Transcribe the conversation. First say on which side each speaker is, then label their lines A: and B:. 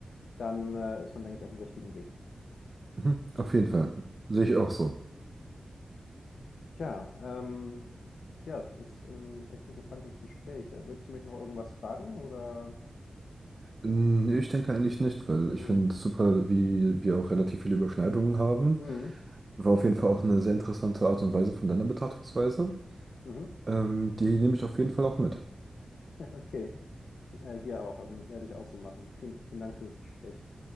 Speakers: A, on the left; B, on the right.
A: dann äh, ist man, denke ich, auf dem richtigen Weg.
B: Mhm. Auf jeden Fall. Sehe ich auch so.
A: Tja, ähm, ja, es ist ein echt interessantes Gespräch. Äh, Willst du mich noch irgendwas fragen oder?
B: Nee, ich denke eigentlich nicht, weil ich
A: Mhm.
B: finde super, wie wir auch relativ viele Überschneidungen haben.
A: Mhm.
B: War auf jeden Fall auch eine sehr interessante Art und Weise von deiner Betrachtungsweise.
A: Mhm.
B: Ähm, die nehme ich auf jeden Fall auch mit.
A: Okay, äh, hier auch. Also werde ich auch so machen. Vielen, vielen Dank für das Gespräch.